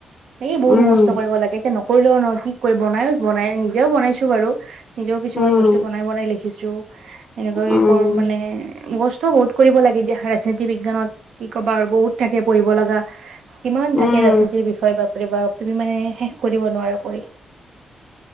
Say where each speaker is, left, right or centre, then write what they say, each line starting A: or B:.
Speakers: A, on the right; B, on the left.
A: এই বহুত
B: উম
A: মুখস্থ কৰিব লাগে। এতিয়া নকৰিলেও নহৈ ন। কি কৰি বনাই বনাই নিজেও বনাইছো বাৰু। নিজেও কিছুমান
B: উম
A: বস্তু বনাই বনাই লিখিছো। এনেকৈ
B: উম
A: বোৰ মানে মুখস্থ বহুত কৰিব লাগি দিয়া। ৰাজনীতি বিজ্ঞানত কি ক'বা আৰু বহুত থাকে পঢ়িব লগা। কিমান থাকে
B: উম
A: ৰাজনীতিৰ বিষয়ে বাপৰে বাপ। তুমি মানে শেষ কৰিব নোৱাৰা পঢ়ি।